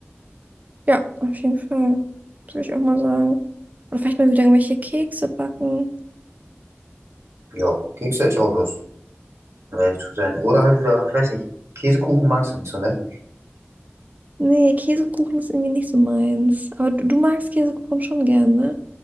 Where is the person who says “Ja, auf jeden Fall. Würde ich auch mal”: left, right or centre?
Right